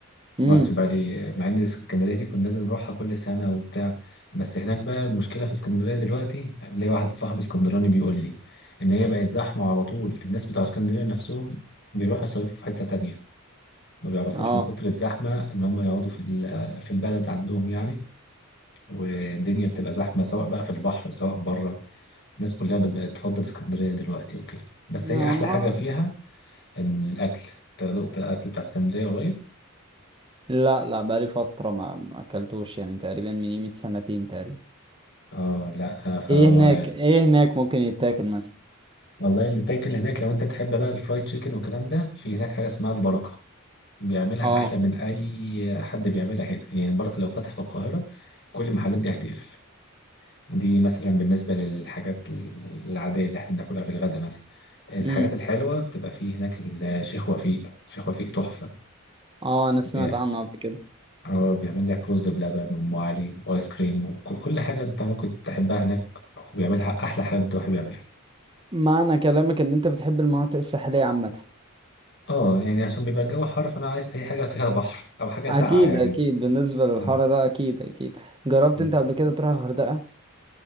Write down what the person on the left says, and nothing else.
ما رحتش بالي مع ان اسكندريه دي كنا لازم نروحها كل سنه وبتاع بس هناك بقى المشكله في اسكندريه دلوقتي ليا واحد صاحب اسكندراني بيقول لي ان هي بقت زحمه على طول الناس بتوع اسكندريه نفسهم بيروحوا يصيفوا في حته تانية ما بيعرفوش
من كتر الزحمه ان هم يقعدوا في ال- في البلد عندهم يعني والدنيا بتبقى زحمه سواء بقى في البحر سواء بره الناس كلها بت- بقت تفضل اسكندريه دلوقتي وكده بس
هي احلى
حاجه فيها ان الاكل انت دقت الاكل بتاع اسكندريه قريب
اه لا فهو
والله اللي تاكل هناك لو انت بتحب بقى الفرايد تشيكن والكلام ده في هناك حاجه اسمها البركه بيعملها
احلى من اي حد بيعملها هنا يعني البركه لو فتح في القاهره كل المحلات دي هتقفل دي مثلا بالنسبه للحاجات العاديه اللي احنا بناكلها في الغدا مثلا الحاجات
الحلوه بتبقى في هناك الشيخ وفيق شيخ وفيق تحفه
بي-
اه بيعمل لك رز بلبن وام علي وايس كريم وكل كل حاجه انت ممكن تحبها هناك وبيعملها احلى حد واحد بيعملها
اه يعني عشان بيبقى الجو حر فانا عايز اي حاجه فيها بحر او حاجه
ساقعه يعني
اه
مم.